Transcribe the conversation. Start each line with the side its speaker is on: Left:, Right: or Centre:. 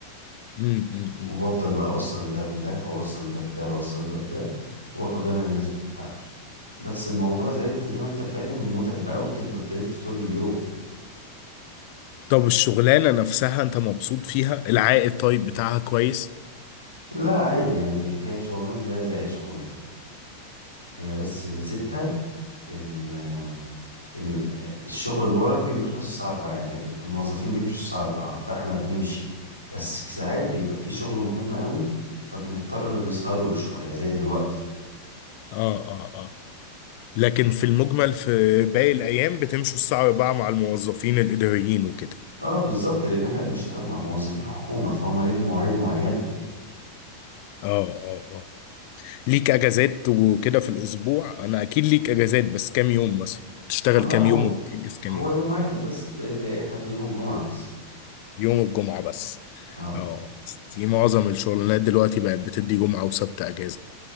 Left: أمم، أمم،
Right: وبفضل
Left: أمم.
Right: بقى اوصل ده بده واوصل ده بده واوصل ده بده واخد انا النسبة بتاعتي بس الموضوع زي انت زي ما انت فاهم متعب بقى وبتفضل تلف طول اليوم
Left: طب الشغلانة نفسها انت مبسوط فيها العائد طيب بتاعها كويس
Right: لا عادي يعني هي شغلانة زي زي اي شغلانة هي بس ميزتها ان ان الشغل الورقي بيخلص الساعة 4 يعني الموظفين بيمشوا الساعة 4 فاحنا بنمشي بس في ساعات بيبقى في شغل مهم قوي فبنضطر نسهره شوية زي دلوقتي
Left: اه اه آه. لكن في المجمل في باقي الأيام بتمشوا الساعة 4 مع الموظفين الإداريين وكده
Right: اه بالظبط لان احنا بنشتغل مع موظفين حكومه فهم ليهم مواعيد معينه
Left: اه اه اه ليك أجازات وكده في الأسبوع أنا أكيد ليك أجازات بس كام يوم مثلا تشتغل
Right: اه لا
Left: كام
Right: هو
Left: يوم وتأجز كام
Right: هو
Left: يوم
Right: يوم واحد بس زي زي اي حد يوم الجمعه بس
Left: يوم الجمعة بس
Right: اه
Left: اه دي معظم الشغلانات دلوقتي بقت بتدي جمعة وسبت أجازة